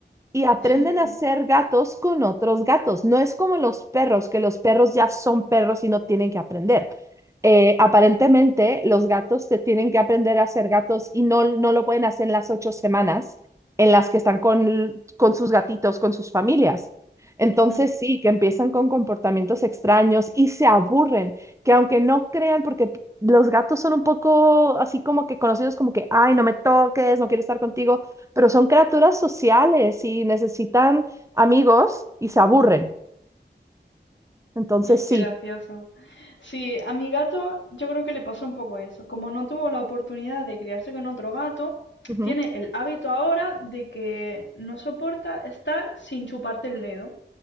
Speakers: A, on the right; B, on the left.
A: y aprenden
B: sí.
A: a ser gatos con otros gatos. No es como los perros, que los perros ya son perros y no tienen que aprender. Eh, aparentemente, los gatos se tienen que aprender a ser gatos y no, no lo pueden hacer en las ocho semanas en las que están con, con sus gatitos, con sus familias. Entonces,
B: Hmm,
A: sí, que empiezan con comportamientos extraños y se aburren, que aunque no crean, porque los gatos son un poco así como que conocidos como que, ay, no me toques, no quiero estar contigo, pero son criaturas sociales y necesitan amigos y se aburren. Entonces,
B: Qué
A: sí.
B: gracioso. Sí, a mi gato yo creo que le pasó un poco eso. Como no tuvo la oportunidad de criarse con otro gato,
A: Ujú.
B: tiene el hábito ahora de que no soporta estar sin chuparte el dedo.